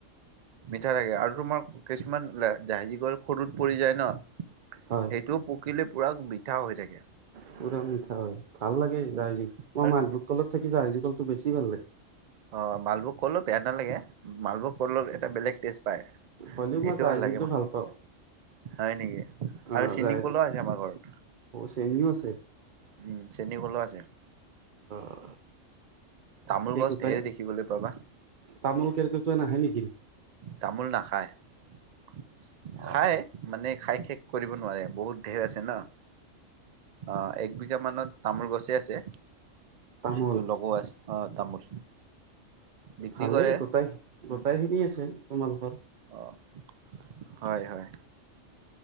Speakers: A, on the right; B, on the right.
A: মিঠা থাকে আৰু তোমাৰ কিছুমান জাহাজী কল সৰুত পৰি যায় ন
B: হয়
A: সেইটো পকিলে পুৰা মিঠা হৈ থাকে।
B: পৰাম হয় ভাল লাগে
A: উম
B: জাহজী মই
A: আৰু
B: মালভোগ কলত থাকি জাহজী কলটো বেছি ভাল লাগে।
A: অ মালভোগ কলো বেয়া নালাগে মালভোগ কলৰ এটা বেলেগ টেষ্ট পায়।
B: হ'লেও
A: সেইটো
B: মই জাহাজীটো
A: ভাল লাগে ম
B: পাওঁ
A: হয় নেকি
B: অ
A: আৰু চেনী
B: জাহাজী
A: কুল আছে আমাৰ ঘৰত
B: চেনিও আছে
A: উম চেনী কুলো আছে।
B: অ
A: তামোল
B: তে
A: গছ
B: গোটাই
A: ঢেৰ দেখিবলৈ পাবা
B: তামোল কেৰ্কেটুৱা নাহে নেকি?
A: তামোল নাখা, হয়
B: অ
A: খাই মানে খাই শেষ কৰিব নোৱাৰে। বহুত ধেৰ আছে ন। আহ এক বিঘা মানত তামোল গছেই আছে।
B: তামোল
A: সেইটো লগো আছে আহ তামোল বিক্ৰী
B: ভালেই
A: কৰে
B: গোটাই
A: উম
B: গোটাই খিনি আছে তোমালোকৰ।
A: আহ। হয় হয়।